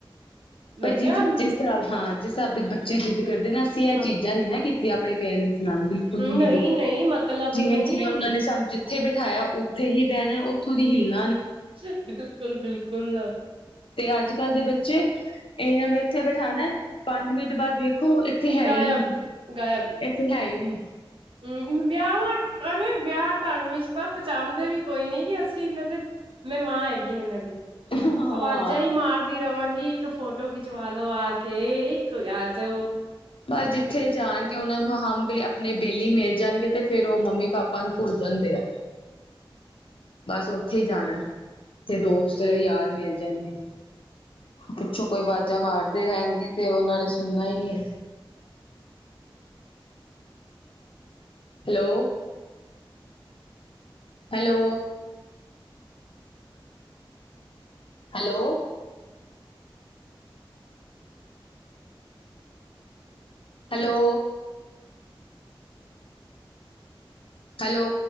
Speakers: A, on the right; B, on the left.
A: ਮੈਂ
B: ਭਜੀ
A: ਕਿਹਾ
B: ਜਿਸ ਤਰ੍ਹਾਂ ਵਿ ਹਾਲ ਤਦ ਬੱਚੇ ਜ਼ਿੱਦ ਕਦੇ ਨਾ ਅਸੀਂ ਇਹ
A: ਹਾਂ
B: ਚੀਜ਼ਾਂ ਨਹੀਂ ਨਾ ਕੀਤੀ ਆਪਣੇ ਭੈਣ ਨੂੰ ਨਾਲ ਬਿਲਕੁਲ ਵੀ ਨੀ
A: ਨਹੀਂ
B: ਕਿਤੀ
A: ਨਹੀਂ ਮਤਲਬ ਹੀ
B: ਜਿਵੇਂ
A: ਨਹੀਂ
B: ਜਿਵੇਂ ਉਹਨਾਂ ਨੇ ਸਮਝ ਉੱਥੇ ਬਿਠਾਇਆ ਉੱਥੇ ਹੀ ਬਹਿਣਾ ਉੱਥੋਂ ਦੀ ਹਿੱਲਨਾ
A: ਬਿਲੁ ਕੂਲ ਬਿਲਕੁਲ ਬਿਲਕੁਲ।
B: ਤੇ ਅੱਜ ਕੱਲ੍ਹ ਦੇ ਬੱਚੇ ਇਹਨਾਂ ਨੂੰ ਉੱਥੇ ਬੈਠਾਣਾ ਪੰਜ ਮਿੰਟ ਬਾਅਦ ਵੇਖੋ ਇੱਥੇ ਹੈ
A: ਗਾਇਬ
B: ਹੀ ਨਹੀਂ
A: ਗਾਇਬ
B: ਇੱਥੇ ਹੈ ਹੀ ਨਹੀਂ
A: ਹਮ ਵਿਆਹਾਂ ਅਰੇ ਵਿਆਹ ਢੰਗ ਵਿੱਚ ਤਾਂ ਪਚਾਣਦੇ ਵੀ ਕੋਈ ਨੀ ਅਸੀਂ ਇਹਨਾਂ ਦੇ ਮੈਂ ਮਾਂ ਹੈਗੀ ਹ ਇਹਨਾਂ ਦੀ
B: ਹਾਂ।
A: ਅਵਾਜ਼ਾਂ ਹੀ ਮਾਰਦੀ ਰਵਾਂਗੀ। ਇੱਕ ਫੋਟੋ ਖਿਚਵਾਲੋ ਆ ਕੇ ਇੱਕ ਆ ਜਾਓ
B: ਬਸ ਜਿੱਥੇ ਜਾਣਗੇ ਉਹਨਾਂ ਨੂੰ ਹਮ ਆਪਣੀ ਬੇਲੀ ਮਿਲ ਜਾਣਗੇ ਤੇ ਫੇਰ ਉਹ ਮੰਮੀ ਪਾਪਾ ਨੂੰ ਭੁੱਲ ਜਾਂਦੇ ਆ। ਬਸ ਉੱਥੇ ਹੀ ਜਾਣਾ ਤੇ ਦੋਸਤ ਯਾਰ ਮਿਲ ਜਾਣਗੇ ਪਿੱਛੋਂ ਕੋਈ ਅਵਾਜ਼ਾਂ ਮਾਰਦੇ ਰਹਿਣਗੇ ਤੇ ਉਹਨਾਂ ਨੇ ਸੁਣਨਾ ਹੀ ਨਹੀਂ ਹੈ। Hello. Hello. Hello. Hello. Hello.